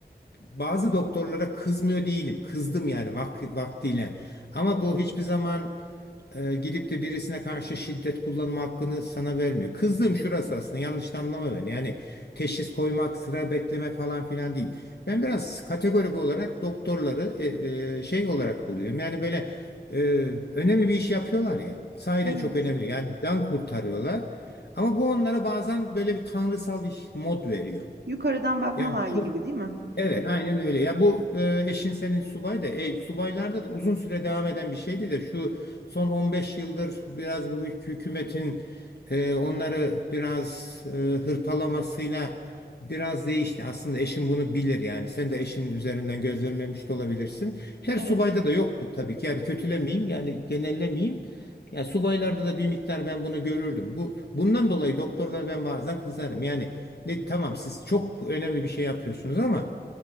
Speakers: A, on the left (about 70°); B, on the right (about 75°).
A: bazı doktorlara kızmıyor değilim. Kızdım yani vak- vaktiyle. Ama bu hiçbir zaman e, gidip de birisine karşı şiddet kullanma hakkını sana vermiyor. Kızdığım şurası aslında yanlış da anlama beni. Yani teşhis koymak, sıra bekleme falan filan değil. Ben biraz kategorik olarak doktorları e, e, şey olarak buluyorum. Yani böyle e, önemli bir iş yapıyorlar ya. Sahiden
B: Evet,
A: çok önemli. Yani can kurtarıyorlar. Ama bu onlara bazen böyle bir tanrısal bir mod veriyor.
B: yukarıdan bakma
A: Yani
B: hali
A: çok
B: gibi, değil mi?
A: Evet, aynen öyle. Ya bu e, eşin senin subay da, e, subaylarda da uzun süre devam eden bir şeydi de şu son 15 yıldır biraz bu hük- hükümetin e, onları biraz e, hırpalamasıyla biraz değişti. Aslında eşin bunu bilir yani. Sen de eşinin üzerinden gözlemlemiş de olabilirsin. Her
B: Evet.
A: subayda da yoktu tabii ki. Yani kötülemeyeyim, yani genellemeyeyim. Ya subaylarda da bir miktar ben bunu görürdüm. Bu bundan dolayı doktorlara ben bazen kızarım. Yani ne tamam siz çok önemli bir şey yapıyorsunuz ama